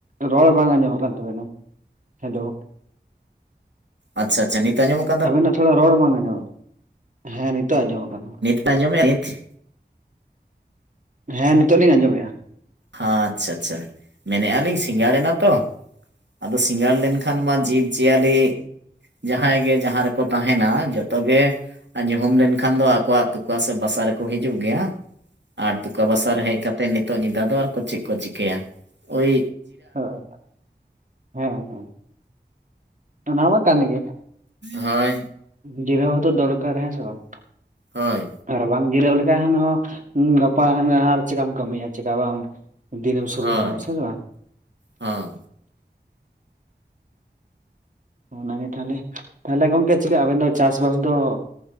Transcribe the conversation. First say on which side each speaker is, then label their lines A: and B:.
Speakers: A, on the right; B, on the right.
A: ᱨᱚᱲ ᱵᱟᱝ ᱟᱸᱡᱚᱢᱚᱜ ᱠᱟᱱ ᱛᱟᱵᱮᱱᱟ ᱾ ᱦᱮᱞᱳᱼᱼ
B: ᱟᱪᱪᱷᱟ ᱟᱪᱪᱷᱟ ᱱᱤᱛ ᱟᱸᱡᱚᱢᱚᱜᱼᱼ
A: ᱟᱵᱮᱱᱟᱜ ᱛᱷᱚᱲᱟ ᱨᱚᱲ ᱵᱟᱝ ᱟᱸᱡᱚᱢᱚᱜ, ᱦᱮᱸ ᱱᱤᱛᱚᱜ ᱟᱸᱡᱚᱢᱚᱜ ᱠᱟᱱᱟ ᱾
B: ᱟᱸᱡᱚᱢᱮᱜ-ᱟ ᱱᱤᱛ ᱾
A: ᱦᱮᱸ ᱱᱤᱛᱚᱜ ᱞᱤᱧ ᱟᱸᱡᱚᱢᱮᱫᱼᱟ ᱾
B: ᱦᱟᱸ ᱟᱪᱪᱷᱟ ᱟᱪᱪᱷᱟ, ᱢᱮᱱᱮᱜ ᱟᱞᱤᱧ ᱥᱤᱸᱜᱟᱲ ᱮᱱᱟ ᱛᱚ ᱾ ᱟᱫᱚ ᱥᱤᱸᱜᱟᱲ ᱞᱮᱱᱠᱷᱟᱱ ᱢᱟ ᱡᱤᱵᱽ ᱡᱤᱭᱟᱞᱤᱼᱼ ᱡᱟᱦᱟᱸᱭ ᱜᱮ ᱡᱟᱦᱟᱸ ᱨᱮᱠᱚ ᱛᱟᱸᱦᱮᱱᱟ ᱡᱚᱛᱚ ᱜᱮᱼᱼ ᱟᱨ ᱧᱩᱦᱩᱢ ᱞᱮᱱᱠᱷᱟᱱ ᱫᱚ ᱟᱠᱚᱣᱟᱜ ᱛᱩᱠᱟ ᱥᱮ ᱵᱟᱥᱟ ᱨᱮᱠᱚ ᱦᱤᱡᱩᱜ ᱜᱮᱭᱟ ᱾ ᱟᱨ ᱛᱩᱠᱟ ᱵᱟᱥᱟ ᱨᱮ ᱦᱮᱡ ᱠᱟᱛᱮᱫ ᱱᱤᱛᱚᱜ ᱧᱤᱫᱟ ᱫᱚ ᱟᱨᱠᱚ ᱪᱮᱫ ᱠᱚ ᱪᱤᱠᱟᱹᱭᱟ, ᱳᱭᱼᱼ
A: ᱦᱳᱭ <inaudible> ᱦᱮᱸ ᱦᱮᱸ ᱾ ᱚᱱᱟ ᱢᱟ ᱠᱟᱱ ᱜᱮ
B: ᱦᱳᱭ
A: ᱡᱤᱨᱟᱹᱣ ᱦᱚᱸᱛᱚ ᱫᱚᱨ ᱠᱟᱨ ᱦᱮᱸ ᱥᱮ ᱵᱟᱝ
B: ᱦᱳᱭ
A: ᱟᱨ ᱵᱟᱝ ᱡᱤᱨᱟᱹᱣ ᱞᱮᱠᱷᱟᱱ ᱦᱚᱸ ᱜᱟᱯᱟ ᱟᱨ ᱪᱮᱠᱟᱢ ᱠᱟᱹᱢᱤᱭᱟ ᱪᱮᱠᱟ ᱵᱟᱢ ᱫᱤᱱᱮᱢ ᱥᱩᱨᱩᱭ
B: ᱦᱳᱭ
A: ᱛᱟᱢᱟ ᱥᱮ ᱵᱟᱝ
B: ᱦᱚᱸ
A: ᱚᱱᱟᱜᱮ ᱛᱟᱦᱚᱞᱮ ᱛᱟᱦᱚᱞᱮ ᱜᱚᱝᱠᱮ ᱪᱤᱠᱟᱼᱟ ᱟᱵᱮᱱ ᱫᱚ ᱪᱟᱥᱵᱟᱥ ᱫᱚ